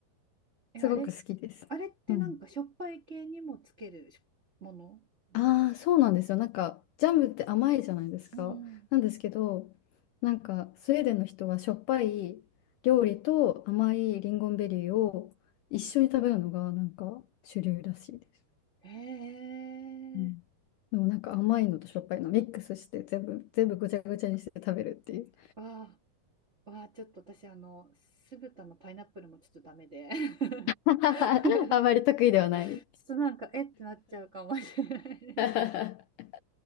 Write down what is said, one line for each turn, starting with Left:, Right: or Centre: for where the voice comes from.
Right: え、
Left: すごく好きです。
Right: あれ、あれってなんかしょっぱい系にもつけるしものなんですか
Left: うん。ああ、そうなんですよ。なんか、ジャムって甘いじゃないですか。
Right: うん。
Left: なんですけど、なんか、スウェーデンの人はしょっぱい料理と甘いリンゴンベリーを一緒に食べるのが、なんか、主流らしいです。
Right: へえ、
Left: うん。でもなんか甘いのとしょっぱいのミックスして全部、全部ぐちゃぐちゃにして食べるっていう。
Right: わあ、わあ、ちょっと私、あの、酢豚のパイナップルもちょっとダメで、<laughs>
Left: <laughs>
Right: ちょっ
Left: あまり得意ではない。
Right: となんか、えってなっちゃうかもしれないです。
Left: <laughs>